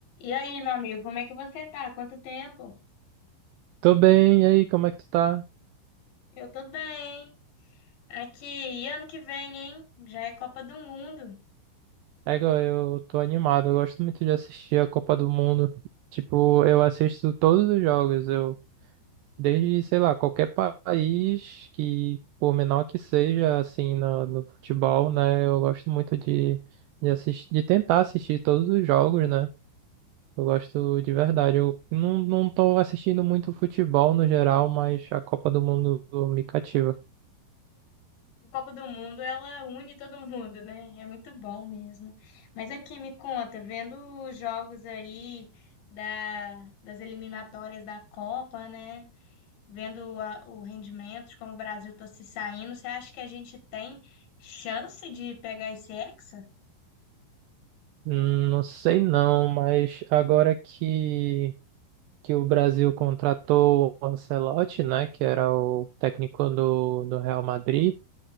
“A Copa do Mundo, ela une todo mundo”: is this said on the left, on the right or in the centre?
Left